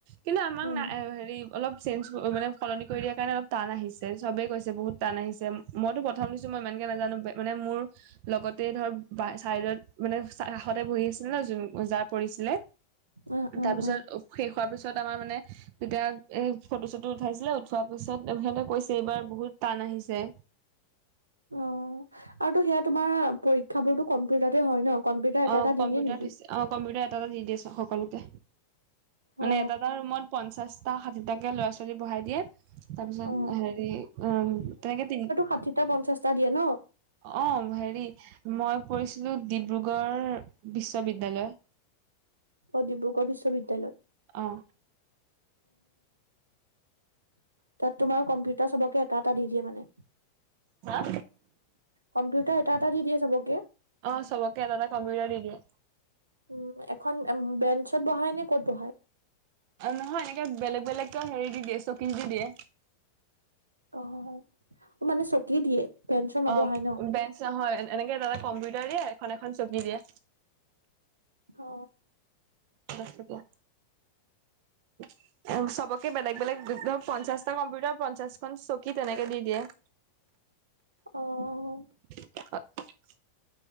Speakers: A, on the right; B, on the right.
A: কিন্তু আমাক
B: উম
A: না হেৰি অলপ চেঞ্জ মানে সলনি কৰি দিয়াৰ কাৰণে অলপ টান আহিছে চবেই কৈছে বহুত টান আহিছে। মইতো প্ৰথম দিছো, মই ইমানকে নাজানো মানে মোৰ লগত <unintelligible> ধৰ চাইডত মানে কাষতে বহি আছিলে জাৰ পৰিছিলে।
B: অ অ
A: তাৰপিছত
B: অ
A: শেষ হোৱাৰ পিছত আমাৰ মানে তেতিয়া এই ফটো-চটো উঠাইছিলে উঠোৱা পিছত সিহঁতে কৈছে এইবাৰ বহুত টান আহিছে।
B: অহ আৰু তো সেয়া তোমাৰ পৰীক্ষাবোৰতো কম্পিউটাৰতে হয় ন। কম্পিউটাৰ
A: অ
B: এটা এটা
A: কম্পিউটাৰ
B: দিয়ে নেকি?
A: অ' কম্পিউটাৰ এটা এটা দি দিয়ে সকলোকে, মানে
B: অ
A: এটা এটা ৰুমত পঞ্চাশ তাক ষাঠিটাকে ল'ৰা-ছোৱালী বহাই দিয়ে, তাৰ পিছত
B: অ অ
A: হেৰি উম তেনেকে তিনি
B: ষাঠিটা-পঞ্চাশ। টা দিয়ে ন।
A: অ' হেৰি মই পৰিছিলো ডিব্ৰুগড় বিশ্ববিদ্যালয়।
B: অ' ডিব্ৰুগড় বিশ্ববিদ্যালয়।
A: অহ।
B: তাত তোমাৰ কম্পিউটাৰ চবকে এটা এটা দি দিয়ে মানে।
A: হা?
B: কম্পিউটাৰ এটা এটা দি দিয়ে চবকে।
A: অহ চবকে এটা এটা কম্পিউটাৰ দি দিয়ে।
B: উম, এখন বেঞ্চত বহাই নে ক'ত বহাই?
A: নহয়, এনেক বেলেগ বেলেগেকে হেৰি দি দিয়ে চকী দি দিয়ে।
B: অহ মানে চকী দিয়ে। বেঞ্চত নবহাই
A: অহ
B: ন
A: বেঞ্চ নহয় এনেকে এটা এটা কম্পিউটাৰ দিয়ে এখন এখন চকী দিয়ে।
B: অ
A: দহ টকীয়া। <inaudible> চবকে বেলেগ বেলেগ ধৰ পঞ্চাশটা কম্পিউটাৰ পঞ্চাশখন চকী তেনেকে দি দিয়ে। <inaudible>
B: উম।
A: <unintelligible>